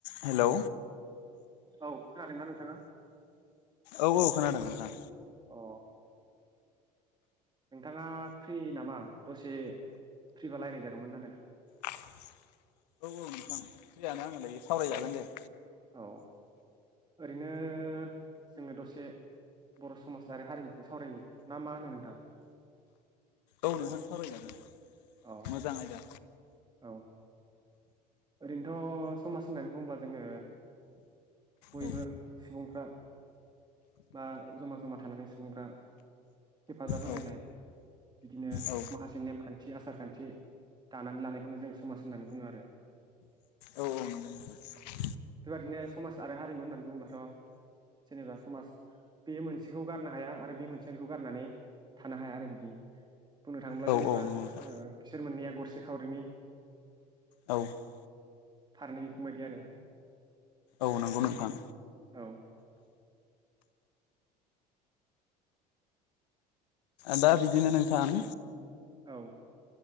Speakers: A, on the left; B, on the right.
A: हेलौ
B: औ खोनादों ना नोंथाङा
A: औ औ खोनादों नोंथां
B: अ नोंथाङा फ्रि नामा दसे फ्रिबा रायज्लायजागौमोन आरो
A: औ औ नोंथां फ्रियानो आङो दायो सावरायजागोन दे
B: औ ओरैनो जोङो दसे बर' समाजारि हारिमुखौ सावरायनो ना मा होनो नोंथां
A: औ नोंहां सावरायजागोन
B: औ
A: मोजाङ आयदा
B: औ ओरैनोथ' समाज होननानै बुङोब्ला जोङो बयबो
A: औ
B: सुबुंफ्रा बा जमा जमा थानानै सुबुंफ हेफाजाब होलायनाय
A: औ
B: बिदिनो
A: औ
B: माखासे नेमखान्थि आसार खान्थि दानानै लानायखौनो जों समाज होननानै बुङो आरो
A: औ औ नंगौ न
B: बेबाददिनो समाज आरो हारिमोन होननानै बुङो बाथ' जेनेबा समाज बे मोनसेखौ गारनो हाया आरो बे मोनसेया बेखौ गारनानै थानो हाया आरो बिदि बुंनो थाङोब्ला
A: औ
B: जेनेबा
A: औ नंगौ नोंथां
B: ऐ बिसोर मोननैया गरसे खावरिनि
A: औ
B: फारनै बिखुंबायदि आरो
A: औ नंगौ नोंथां।
B: औ।
A: दा बिदिनो नोंथान।
B: औ।